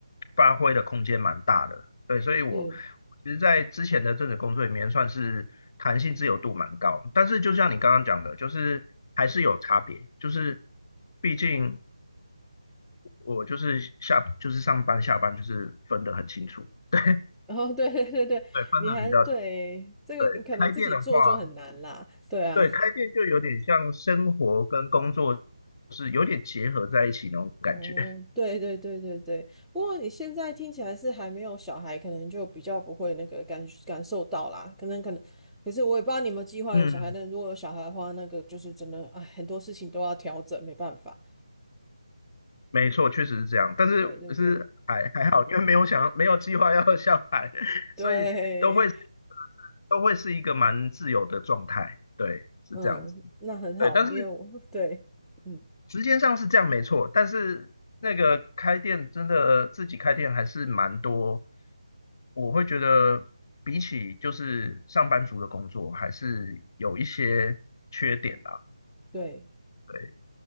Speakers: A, on the left (about 40°); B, in the centre.
A: 发挥的空间蛮大的，对，所以我
B: 是。
A: 其实，在之前的这个工作里面算是弹性自由度蛮高，但是就像你刚刚讲的，就是还是有差别，就是毕竟。我就是下就是上班下班就是分得很清楚，<laughs> 对
B: <laughs> 哦，对对 <laughs> 对对，
A: 对，分得比较清。
B: 你还对这个你可能自己做就很难啦，
A: 楚。对，开店的话，
B: 对啊，
A: 对开店就有点像生活跟工作是有点结合在一起那种感觉。
B: <laughs> 哦，对对对对对，不过你现在听起来是还没有小孩，可能就比较不会那个感感受到啦，可能可能，可是我也不知道你有没有计划有小孩，
A: 嗯，
B: 但如果有小孩的话，那个就是真的，哎，很多事情都要调整，没办法，
A: 没错，确实是这样。但是是还还好，
B: 对对对
A: 因为没有想没有计划要下海，
B: 对，
A: 所以都会是都会是一个蛮自由的状态。对，是这样子。
B: 嗯，那很好，
A: 对，但是
B: 因为我对，嗯
A: 时间上是这样没错，但是那个开店真的自己开店还是蛮多，我会觉得比起就是上班族的工作，还是有一些缺点啦。
B: 对，
A: 对。